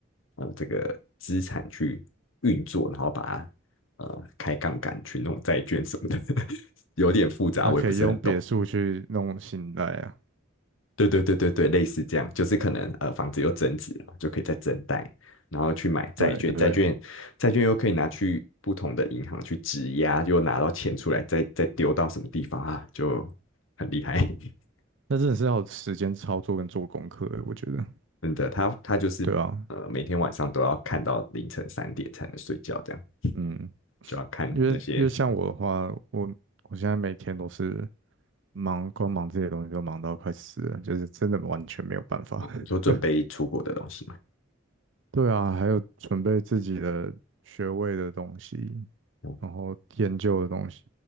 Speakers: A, on the left; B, on the right.
A: 呃这个资产去运作，然后把它呃开杠杆去弄债券什么的，<laughs> 有点复杂，
B: 他可以用别墅去弄信贷啊。
A: 我也不是很懂。对对对对对，类似这样，就是可能呃房子又增值了嘛，就可以再增贷，然后去买债券，
B: 对对，
A: 债券债券又可以拿去不同的银行去质押，又拿到钱出来，再再丢到什么地方啊，就很厉害。<laughs>
B: 那真的是要有时间操作跟做功课的，我觉得。
A: 真的，他他就是呃，
B: 对啊，
A: 每天晚上都要看到凌晨三点才能睡觉，这样
B: 嗯，
A: 就要看那些
B: 因为因为像我的话，我我现在每天都是忙，光忙这些东西就忙到快死了，就是真的完全没有办法。
A: 我说准备出国的东西嘛。
B: <laughs> 对啊，还有准备自己的学位的东西，
A: 哦
B: 然后研究的东西